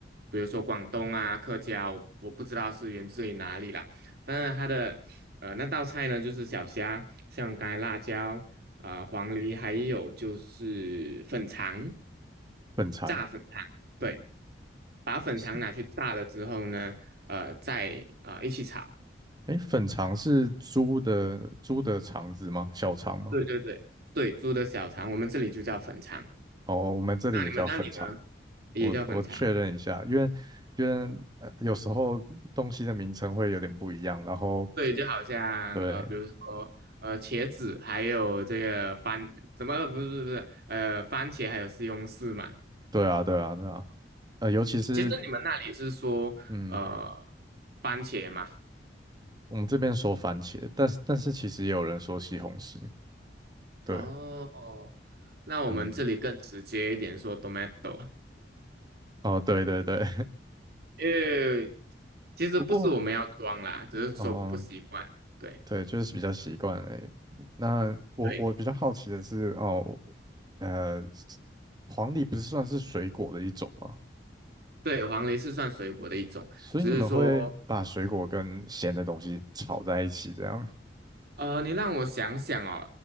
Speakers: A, on the right; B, on the right.
A: 比如说广东啊、客家，我我不知道是源自于哪里啦。但是它的呃那道菜呢，就是小虾、像干辣椒、呃黄梨，还有就是粉肠、
B: 粉肠？
A: 炸粉肠，对，把粉肠拿去炸了之后呢，
B: 是
A: 呃，再啊、呃一起炒。
B: 诶，粉肠是猪的猪的肠子吗？小肠吗？
A: 对对对对，猪的小肠，我们这里就叫粉肠。
B: 哦，哦我们这里也叫粉肠。
A: 那你们那里呢？也叫粉肠。
B: 我我确认一下，因为因为呃有时候东西的名称会有点不一样，然后
A: 对，就好像呃，
B: 对，
A: 比如说呃，茄子，还有这个番，怎么不是不是不是呃，番茄还有西红柿嘛。
B: 对啊，对啊，对啊，呃，尤其是
A: 其实你们那里是说呃，
B: 嗯，
A: 番茄嘛？
B: 我们这边说番茄，但是但是其实也有人说西红柿，对，
A: 哦，那我们这里更直接一点，
B: 嗯，
A: 说 tomato，
B: 哦，对对对，<laughs>
A: 因为其实不是我们要装啦，
B: 不过
A: 只是说不习惯。
B: 哦，
A: 对
B: 对，就是比较习惯诶。那我我比较好奇的是，
A: 对
B: 哦，呃，黄梨不是算是水果的一种吗？
A: 对，黄梨是算水果的一种。
B: 所以你们会把水果跟咸的东西炒在一起，
A: 只是说
B: 这样
A: 呃，你让我想想哦，